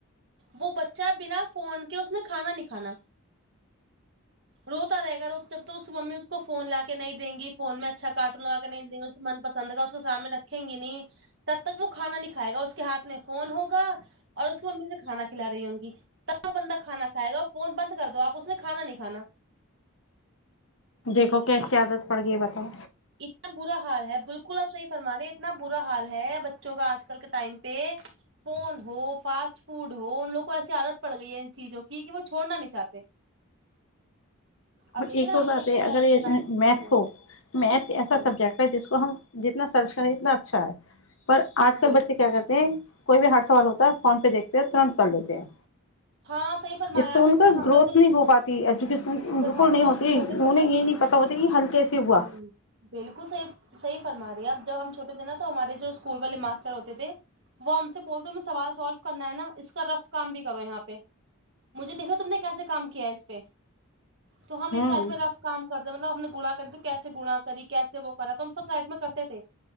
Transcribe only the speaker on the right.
وہ بچہ بنا فون کے اس نے کھانا نہیں کھانا روتا رہے گا روت اب تو ممی اس کو فون لا کے نہیں د گی فون میں اچھا کارٹون لگا کے نہیں دیں گے من پس سند کا اس کو سامنے رکھیں گی نہیں تب تک وہ کھانا نہیں کھائے گا اس کے ہاتھ میں فون ہوگا اور اس کو ممی سے کھانا کھلا رہی ہوں گی تب وہ بندہ کھانا کھائے گا وہ فون بند کر دو آپ اس نے کھا نہیں کھانا
اتنا برا حال ہے بالکل آپ صحیح فرما رہے اتنا برا حال ہے بچوں کا آج کل کے ٹائم پے فون ہو فاسٹ فوڈ ہو ان لوگ کو ایسی عادت پڑ گئی ہے ان چیجوں کی کی وہ چھوڑنا نہیں چاہتے
اب دیکھیے
نا
ہم
تو بچوں
کو
گھر پہ بنا کے دے
دیتے
ہیں
ہاں
بالکل
ہاں صحیح فرمایا
آپ
نے جیسے
ہم
لوگ
جب جب ہم
لوگ
چھوٹے
تھے نا
جی
بالکل صحیح فرمای ہے اب جب ہم چھوٹے تھے نا تو ہمارے جو اسکول والے ماسٹر ہوتے تھے وہ ہم سے بول تے ہمے سوال سولو کرنا ہے نا اس کا رف کام بھی کرو یہاں پے پے مجھے دیکھا تم نے کیسے کام کیا اس پے تو ہم
ایک سائڈ میں رف کام کر دے مطلب ہم نے گنا کر تو کیسے گنا کری کیسے وہ کرا تو ہم سب سائڈ میں کرتے تھے